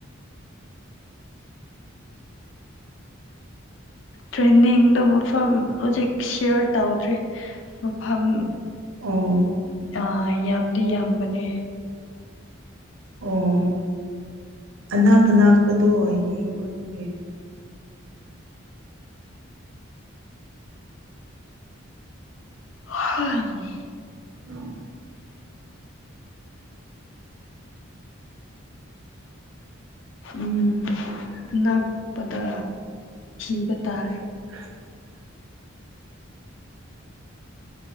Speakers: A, on the left; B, on the right.
A: ꯇ꯭ꯔꯦꯟꯅꯤꯡꯗꯣ ꯃꯐꯝ ꯍꯧꯖꯤꯛ ꯁꯤꯌꯥꯔ ꯇꯧꯗ꯭ꯔꯤ ꯃꯐꯝ
B: ꯑꯣ
A: ꯑ ꯌꯥꯝꯗꯤ ꯌꯥꯝꯕꯅꯦ
B: ꯎꯝ ꯑꯅꯥꯛ ꯑꯅꯥꯛꯄꯗꯣ ꯌꯦꯡꯉꯣ ꯑꯗꯨꯒꯤ
A: ꯍ
B: ꯎꯝ
A: ꯎꯝ ꯑꯅꯛꯄꯗ ꯤꯕ ꯇꯥꯔꯦ
B: <inaudible>